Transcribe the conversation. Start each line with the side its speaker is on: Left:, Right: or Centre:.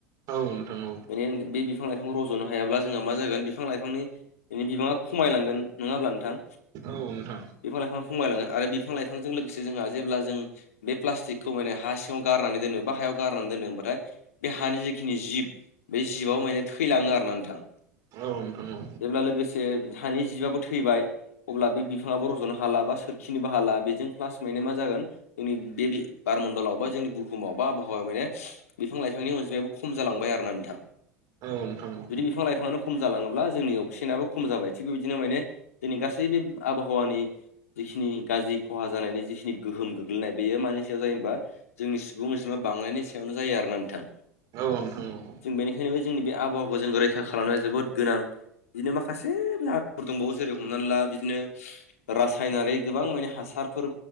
Right: औ नोंथां औं।
Left: बे बे बिफां लाइफांखौ रजनो हायाब्ला जोंहा मा जागोन बिफां लाइफांनि बिनि बिबाङा खमायलांगोन नङा होमब्ला नोंथां।
Right: औ नोंथां
Left: बिफां लाइफां खमायलांगोन आरो बिफां लाइफांजों लोगोसे जोंहा जेब्ला जों। बे प्लास्टिकखौ माने हा सिङाव गारनानै दोनो बा हायाव गारनानै दोनो ओमबाथाय। बे हानि जिखिनि जिब बे जिबआव माने थैलाङो आरो ना नोंथां।
Right: औ नोंथां औ
Left: जेब्ला लोगोसे हानि जिबाबो थैबाय। अब्ला बे बिफाङाबो रजनो हाला बा सोरखिनोबो हाला बेजों प्लास माने मा जागोन। जोंनि बे बारमणडलाव बा जोंनि बुहुमाव बा आबहावायाव माने। बिफां लाइफांनि अनजिायो खम जालांबाय आरो ना नोंथां।
Right: औ नोंथां औ
Left: जुदि बिफां लाइफाङआनो खम जालाङोब्ला जोंनि अक्सिजेनाबो खम जाबाय थिग बे बिदिनो माने। दिनै गासै बे आबहावानि। जिखिनि गाज्रि खहा जानायनि जिखिनि गोहोम गोग्लैनाय बेयो मानसिया जेनबा। जोंनि सुबुं अनजिमा बांनायनि सायावनो जायो आर ना नोंथां।
Right: औ नोंथां औ
Left: जों बेनिखायनोबो जोंनि बे आबहावाखौ जों रैखा खालामनाया जोबोद गोनां बिदिनो माखासेफोर दंबावो जेरै हमनानै ला बिदिनो रासायनारि गोबां माने हासारफोर